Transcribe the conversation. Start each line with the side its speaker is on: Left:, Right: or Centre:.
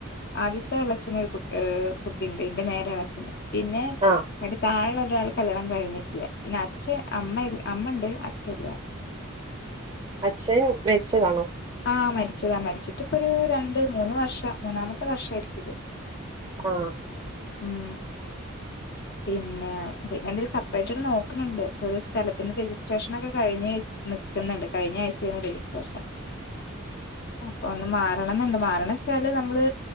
Left: ആദ്യത്തെ എളച്ഛന് ഒരു കുട്ടി ഏ കുട്ടിണ്ട് ഇന്റെ നേരെ എളച്ചന് പിന്നെ
Right: ആ
Left: അഴിന്റെ താഴെള്ള ഒരാൾ കല്യാണം കഴിഞ്ഞിട്ടില്ല പിന്നെ അച്ഛ അമ്മ അമ്മ ഇണ്ട് അച്ഛൻ ഇല്ല
Right: അച്ഛൻ മരിച്ചതാണോ
Left: ആഹ് മരിച്ചതാ മരിച്ചിട്ടിപ്പൊരു രണ്ട് മൂന്ന് വർഷം മൂന്നാമത്തെ വർഷം ആരിക്കും ഇത്
Right: ആഹ
Left: ഉം പിന്നേ പിന്നെ എന്തങ്കിലും സെപ്പറേറ്റ് ആട്ട് നോക്കണുന്നുണ്ട് ഒരു സ്ഥലത്തിന്റെ രജിസ്ട്രേഷന ഒക്കെ കഴിഞ്ഞഞ് നിക്കുന്നുണ്ട് കഴിഞ്ഞ ആഴ്ചയ്നു രജിസ്ട്രഷൻ അപ്പൊ ഒന്ന് മാറണം എന്നുണ്ട് മാറണ വെച്ചാല് നമ്മള്